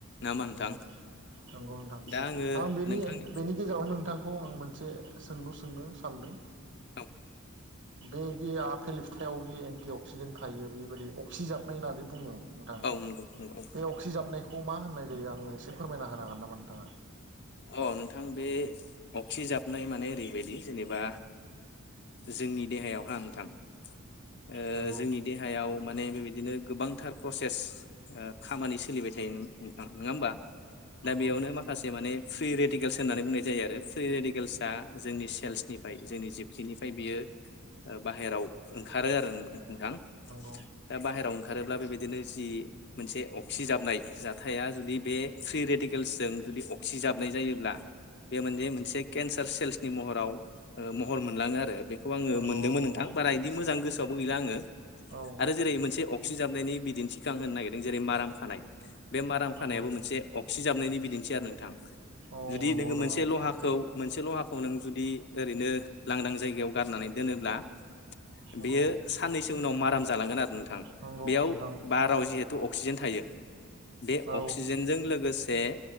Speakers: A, on the left; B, on the right.
A: ना मा नोंथां?
B: नंगौ नंगौ नोंथां
A: दा आङो
B: आं बेनि
A: नोंथांनि
B: बेनि गेजेरावनो नोंथां खौ आं मोनसे सोंलु सोंनो सानदों।
A: औ
B: बे जि आफेल फिथाइाव जि एन्टि अक्सिडेन्ट थायो बेबायाददि अक्सिजाबनाय होननानै बुङो नोंथां
A: औ नंगौ नंगौ
B: बे अक्सि जाबनायखौ खौ मा होननाय जायो आं एसे फोरमायना होनांगोन नामा नोंथांङा?
A: अ नोंथां बे अक्सि जाबनाय माने ओरैबायदि जेनेबा जोंनि देहायावहा नोंथां ओ
B: नंगौ
A: जोंनि देहायाव माने बेबायदिनो गोबांथार प्रसेस ओ खामानि सोलिबाय थायो नङा होमबा दा
B: नंगौ
A: बेयावनो माखासे माने फ्रि रेडिकेल्स होननानै बुंनाय जायो आरो फ्रि रेडिकेल्सआ जोंनि सेल्सनिफ्राय जोंनि जिबखिनिफ्राय बियो ओ बाहेरायाव ओंखारो आरो नोंथां
B: नंगौ
A: दा बाहेरायाव ओंखारोब्ला बेबायदिनो जि मोनसे अक्सिजाबनाय जाथाया जुदि बे फ्रि रेडिकेल्सजों जुदि अक्सिजाबनाय जायोब्ला बे मोने मोनसे केन्सार सेल्सनि महराव ओ महर मोनलाङो आरो बेखौ आङो
B: नंगौ
A: मोनदोंमोन नोंथां
B: नंगौ
A: बारा बिदि मोजां गोसोआवबो गैला आङो
B: औ
A: आरो जेरै मोनसे अक्सिजाबनायनि बिदिन्थिखौ आं होनो नागिरदों जेरै माराम खानाय बे माराम खानायाबो
B: नंगौ
A: मोनसे अक्सिजाबनायनि बिदिन्थि आरो नोंथां। जुदि
B: औ नंगौ
A: नोङो
B: नंगौ
A: मोनसे लहाखौ मोनसे लहाखौ नों जुदि ओरैनो लांदां जायगायाव गारनानै दोनोब्ला
B: नंगौ
A: बेयो साननैसो उनाव माराम जालांगोन आरो नोंथां
B: नंगौ
A: बेयाव
B: नोंथां
A: बाराव जिहेथु अक्सिजेन थायो बे
B: औ
A: अक्सिजेनजों लोगोसे